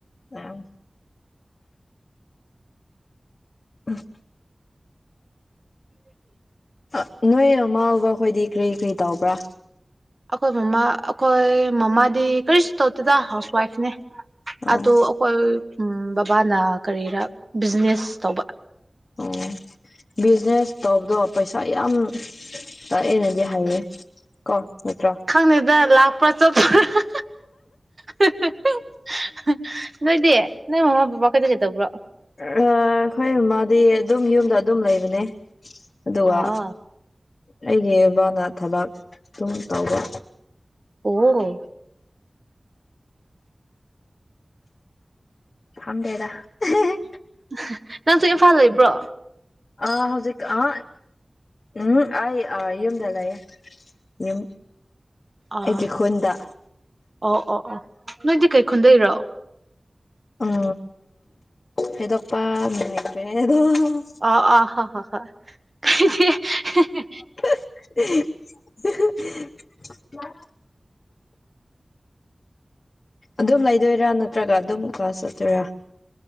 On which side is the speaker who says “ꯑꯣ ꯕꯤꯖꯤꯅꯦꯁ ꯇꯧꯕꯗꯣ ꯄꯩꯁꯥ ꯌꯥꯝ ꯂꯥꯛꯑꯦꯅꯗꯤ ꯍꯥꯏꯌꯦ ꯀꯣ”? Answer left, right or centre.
Left